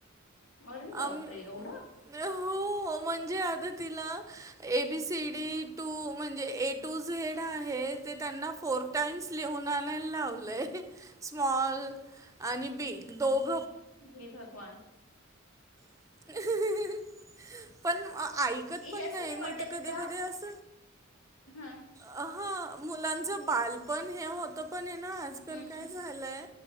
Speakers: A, on the left; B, on the right.
A: अरे बापरे
B: आम्
A: एवढा
B: हो म्हणजे आ तिला एबीसीडी टू म्हणजे ए टू झेड आहे जे त्यांना फोर टाईम्स लिहून आणायला लावलं - लय स्मॉल आणि बीग दोघ
A: जी भगवान
B: <unintelligible> पण ऐकत
A: हे
B: पण
A: असं
B: नाही मग
A: वाटत
B: तर कधी
A: का
B: कधी अस
A: हा
B: हा मुलांचं बालपण हे होतं पण हे ना आजकाल
A: हम्म
B: काय झालंय